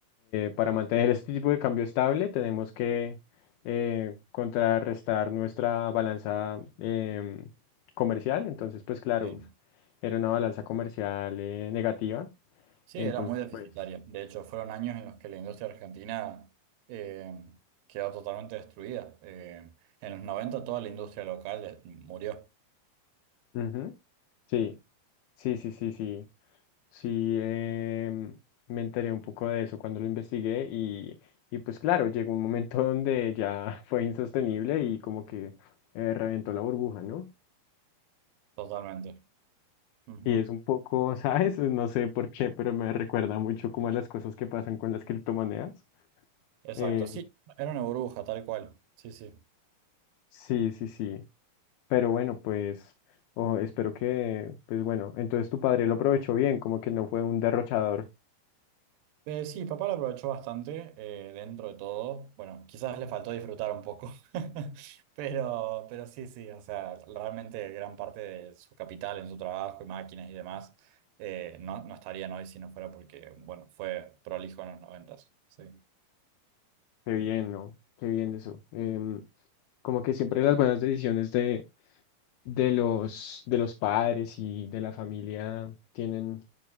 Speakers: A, on the left (about 80°); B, on the right (about 85°).
A: para mantener este tipo de cambio estable tenemos que eh, contrarrestar nuestra balanza em, comercial. Entonces, pues claro,
B: Sí.
A: era una balanza comercial eh, negativa.
B: Sí,
A: Entonces,
B: era muy deficitario.
A: pues,
B: De hecho, fueron años en los que la industria argentina eh, quedó totalmente destruida. Eh, en los 90 toda la industria local eh, murió
A: ujú, Sí, sí, sí, sí, sí. Sí, em, me enteré un poco de eso cuando lo investigué y, y pues claro, llegó un momento donde ya <laughs> fue insostenible y como que eh, reventó la burbuja, ¿no?
B: totalmente. Ujú.
A: Y es un poco, <laughs> ¿sabes? No sé por qué, pero me recuerda mucho como a las cosas que pasan con las criptomonedas.
B: Exacto,
A: Eh,
B: sí, era una burbuja, tal cual. Sí, sí.
A: sí, sí, sí. Pero bueno, pues oh, espero que, pues bueno, entonces tu padre lo aprovechó bien, como que no fue un derrochador.
B: Eh, sí, papá lo aprovechó bastante eh, dentro de todo. Bueno, quizás le faltó disfrutar un poco, <laughs> pero, pero sí, sí, o sea, realmente gran parte de su capital en su trabajo y máquinas y demás eh, no, no estarían hoy si no fuera porque, bueno, fue prolijo en los noventas. Sí,
A: Qué bien, ¿no? Qué bien eso. Em, Como que siempre las buenas decisiones de, de los, de los padres y de la familia tienen